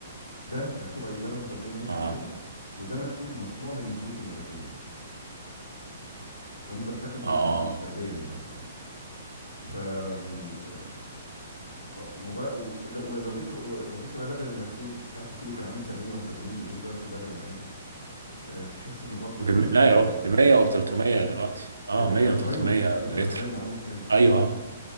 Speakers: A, on the left; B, on the right.
A: ده مكتوب عليه لبن طبيعي 100%
B: آه
A: وده مكتوب مصنوع من الزيوت النباتيه فانت بتاكل زيت
B: آه
A: نخيل فعليا يعني اه ف م- موضوع و- ولو جبت لو جبت بقى لبن اللاكتوز مش عارف الكيلو كان عامل 70 ولا 80 جنيه ضعف اللبن العادي آه، تحس ان برضو
B: بم...
A: ارقام
B: لا يا راجل ب
A: يعني.
B: 100 و 300 دلوقتي آه
A: بتاع
B: 100
A: جهينة
B: و 300
A: لا بتاع
B: لتر
A: جهينة عامل كام؟
B: أيوه